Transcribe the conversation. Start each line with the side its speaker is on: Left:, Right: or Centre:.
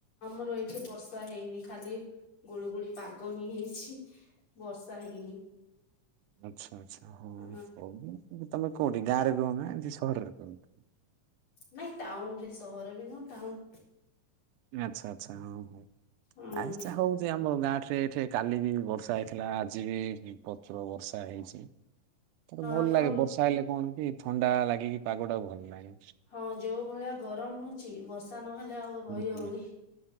Left: ଆମର ଏଇଠି ବର୍ଷା ହେଇନି ଖାଲି ଗୁଳୁ ଗୁଳି ପାଗ ହିଁ ହେଇଛି ବର୍ଷା ହେଇନି।
Right: ଆଛା ଆଚ୍ଛା ହଁ
Left: ଅ
Right: ହଉ ହଉ ତମେ କୋଉଠି ଗାଁରେ ରୁହନ୍ତି ନା ଏମିତି ସହରରେ ରୁହନ୍ତି?
Left: ନାଇ ଟାଉନ୍ ରେ ସହର ବି ନୁହେଁ ଟାଉନ୍
Right: ଆଚ୍ଛା ଆଚ୍ଛା, ହଉ ହଉ
Left: ଉଁ
Right: ଆଜିଟା ହଉଚି ଆମର ଗାଁ ଠାରେ ଏଠି କାଲି ବି ବର୍ଷା ହେଇଥିଲା ଆଜି ବି ପ୍ରଚୁର ବର୍ଷା ହେଇଛି ମତେ ଭଲ
Left: ଆପଣ
Right: ଲାଗେ ବର୍ଷା ହେଲେ କଣ କି ଥଣ୍ଡା ଲାଗିକି ପାଗଟା ଭଲ ଲାଗେ।
Left: ହଁ ଯୋଉ ଭଳିଆ ଗରମ ହଉଛି ବର୍ଷା ନହେଲେ ଆଉ ରହି
Right: ହୁଁ ହୁଁ
Left: ହଉନି